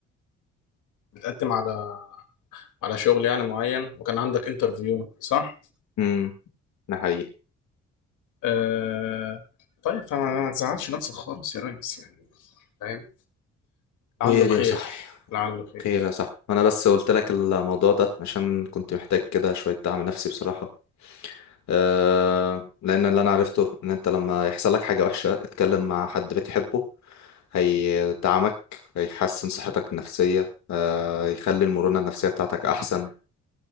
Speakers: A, on the left (about 85°); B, on the left (about 65°).
A: بتقدم على على شغل يعني معين وكان عندك انترفيو صح؟
B: امم ده حقيقي
A: آه... طيب فما ما تزعلش نفسك خالص يا ريس يعني فاهم لعله
B: خير
A: خير
B: يا صاحبي
A: لعله خير
B: خير يا صاحبي انا بس قلت لك الموضوع ده عشان كنت محتاج كده شويه دعم نفسي بصراحه أه لان اللي انا عرفته ان انت لما يحصل لك حاجه وحشه اتكلم مع حد بتحبه هيدعمك هيحسن صحتك النفسية آه، يخلي المرونة النفسية بتاعتك أحسن